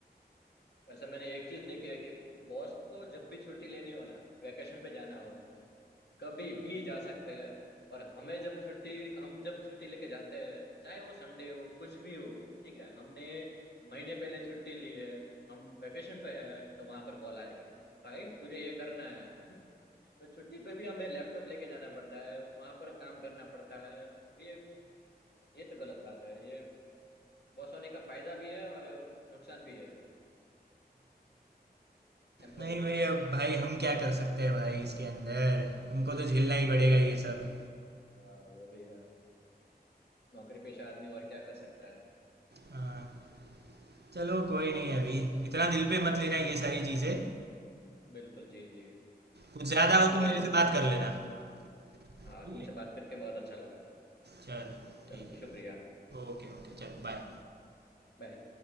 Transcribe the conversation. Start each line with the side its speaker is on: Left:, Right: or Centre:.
Left: वैसे मैंने एक चीज देखी है कि बॉस को जब भी छुट्टी लेनी हो ना वेकेशन पे जाना हो कभी भी जा सकते हैं और हमें जब छुट्टी हम जब छुट्टी लेके जाते हैं चाहे वो संडे हो कुछ भी हो ठीक है हमने महीने पहले छुट्टी ली है हम वेकेशन पे हैं तो वहां पर कॉल आएगा भाई तुझे ये करना है <laughs> तो छुट्टी पे भी हमें लैपटॉप लेके जाना पड़ता है वहां पर काम करना पड़ता है ये ये तो गलत बात है ये बॉस होने का फायदा भी है और नुकसान भी है एम्प्लॉय
Right: नहीं
Left: होने
Right: भाई
Left: का
Right: अब भाई हम क्या कर सकते हैं भाई इसके अंदर हमको तो झेलना ही पड़ेगा ये सब
Left: हाँ वो भी है नौकरी पेशा आदमी और क्या कर सकता है
Right: हाँ, चलो कोई नहीं अभी इतना दिल पे मत लेना ये सारी चीजें
Left: बिल्कुल जी जी
Right: कुछ ज्यादा
Left: तुमसे
Right: हो तो मेरे से बात कर
Left: हम्म,
Right: लेना ठीक
Left: हाँ तुमसे
Right: है
Left: बात करके बहुत अच्छा लगा
Right: चलो
Left: चलो
Right: ठीक
Left: शुक्रिया
Right: है ओके ओके चलो बाय
Left: बाय